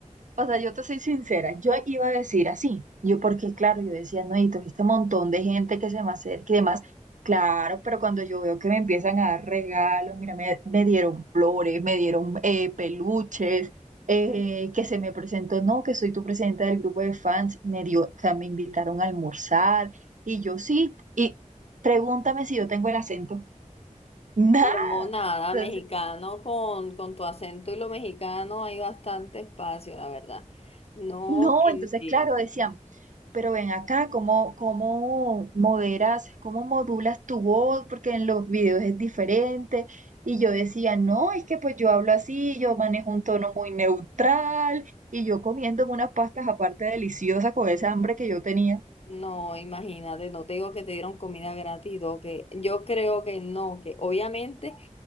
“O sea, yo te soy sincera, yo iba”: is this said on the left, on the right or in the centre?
Right